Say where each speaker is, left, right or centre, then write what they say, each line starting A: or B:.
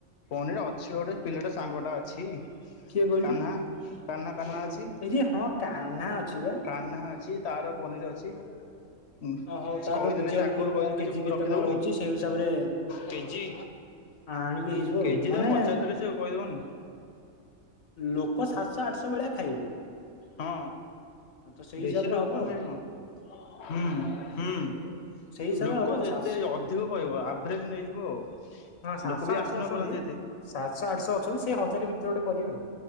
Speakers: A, on the left; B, on the left.
A: ପନିର ଅଛି ଗୋଟେ ପିଲାଟା ସାଙ୍ଗ ଟା ଅଛି
B: କିଏ କହିଲୁ
A: କାହ୍ନା କାହ୍ନା କାହ୍ନା
B: ଓକେ
A: ଅଛି
B: ଏଠି ହଁ କାହ୍ନା ଅଛି ବା।
A: କାହ୍ନା ଅଛି ତାର ପନିର ଅଛି ହ୍ନୁ
B: ଓ ହଉ
A: ସେ
B: ତାଠୁ
A: କହିଦେଲେ
B: ବୁଝିବାକୁ
A: ସେ
B: ପଡିବ
A: ଗୁରୁ କହିଦେଲେ
B: କଣ କେଜି
A: ଯେ ବୁକ
B: କେତେ
A: ରଖିଦବନି
B: କଣ ରହୁଛି ସେଇ ହିସାବରେ
A: କେଜି
B: ଆଣିକି ହେଇଯିବ
A: କେଜି
B: ମାନେ
A: ତାକୁ ପଚାରିଦେଲେ ସେ କହିଦବନି
B: ଲୋକ ସାତଶହ ଆଠଶହ ଭେଳିଆ ଖାଇବେ।
A: ହଁ
B: ଆଉ ତ ସେଇ ହିସାବରେ
A: ବେଶ ଲୋକ
B: ହବ ଆଉ।
A: କଣ ଖାଇ ହ ହୁଁ ହୁଁ।
B: ସେଇ ହିସାବରେ
A: ଲୋକ
B: ହବ ଆ
A: ଯେତେ
B: ସାତ
A: ଅଧିକ କହିବ ଆଭରେଜ ନେଇଯିବ ଆଉ।
B: ହ ସାତଶହ
A: ଲୋକ ବି
B: ଆଠଶହ
A: ଆସି ନ
B: ଅଛନ୍ତି
A: ପାରନ୍ତି ଏତେ
B: ସାତଶହ ଆଠଶହ ଅଛନ୍ତି ସେଇ ହଜାର ଭିତରେ ଗୋଟେ କରିବା ଆଉ।